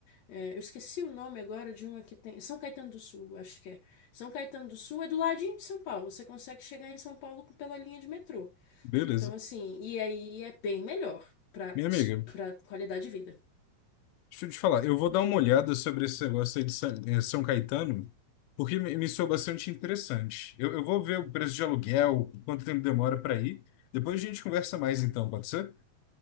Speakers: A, on the left; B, on the left.
A: é, eu esqueci o nome agora de uma que tem. São Caetano do Sul, acho que é. São Caetano do Sul é do ladinho de São Paulo. Você consegue chegar em São Paulo pela linha de metrô.
B: Beleza.
A: Então, assim, e aí é bem melhor para
B: Minha amiga,
A: para qualidade de vida.
B: deixa eu te falar, eu vou
A: Diga
B: dar uma olhada
A: lá.
B: sobre esse negócio aí de São, eh, São Caetano, porque me, me soou bastante interessante. Eu, eu vou ver o preço de aluguel, quanto tempo demora para ir. Depois a gente conversa mais então, pode ser?